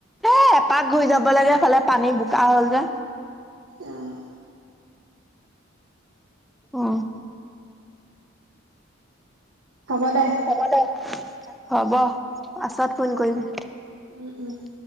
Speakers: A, in the centre; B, on the right.
A: এ, এপাক ঘূৰি যাব লাগে ফালে পানী বোকা হ'ল যে।
B: আহ।
A: আহ।
B: হ'ব দে।
A: হ'ব দে, হ'ব। পাছত ফোন কৰিবি।
B: উম, উম।
A: <inaudible>